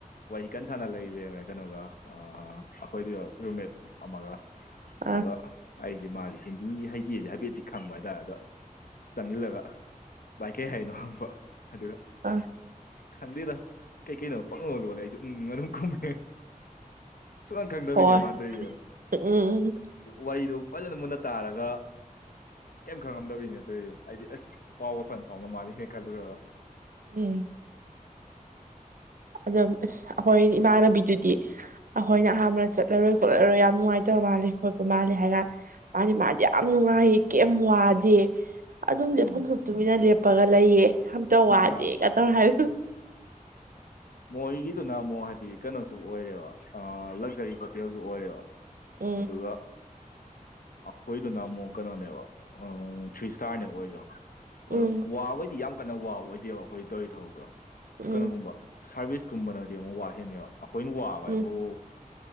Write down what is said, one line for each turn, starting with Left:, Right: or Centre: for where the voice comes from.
Left: ꯋꯥꯔꯤ ꯀꯟ ꯁꯥꯟꯅ ꯂꯩꯔꯃꯦ ꯀꯩꯅꯣꯒ ꯑꯩꯈꯣꯏꯗꯨ ꯔꯨꯝꯃꯦꯠ ꯑꯃꯒ
Right: ꯑ
Left: ꯑꯗꯣ ꯑꯩꯁꯦ ꯃꯥꯁꯦ ꯍꯤꯟꯗꯤ ꯍꯩꯇꯦꯁꯦ ꯍꯥꯏꯐꯦꯠꯤ ꯈꯪꯕ ꯍꯥꯏꯇꯥꯔꯦ ꯑꯗꯣ ꯆꯪꯁꯤꯜꯂꯒ ꯚꯏ ꯀꯩ ꯍꯥꯏꯅꯣ ꯍꯪꯕ ꯑꯗꯨꯒ
Right: ꯑ
Left: ꯈꯪꯗꯦꯗ ꯀꯩꯀꯩꯅꯣ ꯄꯪꯉꯍꯜꯂꯣꯂ ꯑꯩꯁꯨ ꯎꯪ ꯃꯅꯨꯡꯝ ꯀꯨꯝꯃꯦ ꯁꯨꯛꯈꯪ ꯈꯪꯗꯕꯤꯅꯦ
Right: ꯍꯣꯏ
Left: ꯃꯥꯟꯗꯣꯏꯁꯦꯗꯣ
Right: ꯎꯝ
Left: ꯋꯥꯔꯤꯗꯣ ꯐꯖꯅ ꯃꯨꯟꯅ ꯇꯥꯔꯒ ꯀꯩꯝ ꯈꯪꯉꯝꯗꯕꯩꯅꯦ ꯑꯗꯨꯣꯏ ꯍꯥꯏꯗꯤ ꯑꯁ ꯄꯥꯎꯒꯄꯟ ꯐꯥꯎꯅ ꯃꯥꯜꯂꯤꯅꯦ ꯈꯜꯂꯨꯔ
Right: ꯎꯝ ꯑꯗꯣ ꯑꯩꯈꯣꯏ ꯏꯃꯥꯟꯅꯕꯤꯗꯨꯗꯤ ꯑꯩꯈꯣꯏꯅ ꯑꯍꯥꯟꯕꯅ ꯆꯠꯂꯔꯣꯏ ꯈꯣꯠꯂꯔꯣꯏ ꯌꯥꯝ ꯅꯨꯡꯉꯥꯏꯇꯕ ꯃꯥ ꯈꯣꯠꯄ ꯃꯥ ꯍꯥꯏꯀꯥꯟ ꯃꯥꯗꯤ ꯃꯥꯗꯤ ꯌꯥꯝ ꯅꯨꯡꯉꯥꯏ ꯀꯦꯝ ꯋꯥꯗꯦ ꯑꯗꯨꯝ
Left: ꯎꯝ
Right: ꯂꯦꯞꯐꯝ ꯊꯣꯛꯇꯨꯃꯤꯅ ꯂꯦꯞꯄꯒ ꯂꯩꯌꯦ ꯑꯝꯇ ꯋꯥꯗꯦꯒ
Left: ꯑꯥ
Right: ꯇꯧꯔ ꯍꯥꯏ
Left: ꯃꯣꯏꯒꯤꯗꯨꯅ ꯑꯃꯨꯛ ꯍꯥꯏꯗꯤ ꯀꯩꯅꯣꯁꯨ ꯑꯣꯏꯔꯦꯕ ꯂꯛꯖꯔꯤ ꯍꯣꯇꯦꯜꯁꯨ ꯑꯣꯏꯔꯦꯕ
Right: ꯎꯝ
Left: ꯑꯗꯨꯒ ꯑꯩꯈꯣꯏꯗꯨꯅ ꯑꯃꯨꯛ ꯀꯩꯅꯣꯅꯦꯕ ꯊ꯭ꯔꯤ ꯏꯁꯇꯥꯔꯅꯦꯕ ꯑꯩꯣꯏꯗꯣ
Right: ꯎꯝ
Left: ꯑꯗꯣ ꯋꯥꯕꯩꯗꯤ ꯌꯥꯝ ꯀꯟꯅ ꯋꯥꯕ ꯑꯣꯏꯗꯦꯕ ꯑꯩꯈꯣꯏ ꯇꯧꯔꯤ ꯊꯕꯛꯇꯣ
Right: ꯎꯝ
Left: ꯀꯩꯅꯣꯒꯨꯝꯕ ꯁꯥꯔꯚꯤꯁꯀꯨꯝꯕꯅꯗꯤ ꯑꯃꯨꯛ ꯋꯥꯍꯦꯟꯅꯕ ꯑꯩꯈꯣꯏꯅ ꯋꯥꯕ
Right: ꯎꯝ
Left: ꯍꯥꯏꯕꯨ